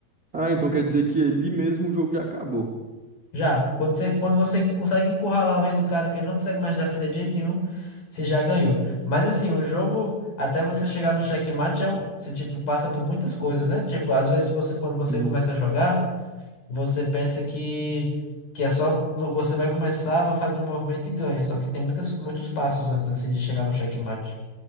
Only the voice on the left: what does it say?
Já, quando você, quando você consegue encurralar o rei do cara que ele não consegue mais defender de jeito nenhum, você já ganhou. Mas assim, o jogo, até você chegar no checkmate, é um, você tipo passa por muitas coisas, né? Tipo, às vezes você quando você
começa a jogar, você pensa que, que é só vo- você vai começar, vai fazer um movimento e ganha. Só que tem muitas, muitos passos antes assim de chegar no checkmate.